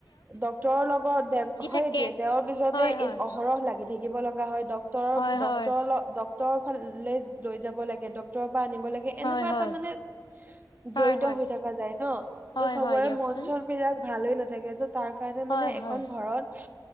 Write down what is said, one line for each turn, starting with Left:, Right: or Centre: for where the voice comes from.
Right: ডক্টৰ লগত দে সেইটোয়ে
Left: থাকে
Right: তেওঁৰ পিছতে
Left: হয় হয়
Right: ই অহৰহ লাগি থাকিব লগা হয়। ড ডক্টৰ-ডক্টৰ-ডক্টৰ
Left: হয় হয়
Right: ফালে লৈ যাব লাগে ডক্টৰ পৰা আনিব লাগে।
Left: হয়
Right: এনেকুৱা
Left: হয়
Right: এটা মানে
Left: হয়
Right: জড়িত
Left: হয়
Right: হৈ থকা যায় ন।
Left: হয়
Right: ত' চবৰে
Left: হয় দিয়কচোন
Right: মন চনবিলাক ভাল হৈ নাথাকে। ত' তাৰ কাৰণে
Left: হয়
Right: মানে এখন
Left: হয়
Right: ঘৰত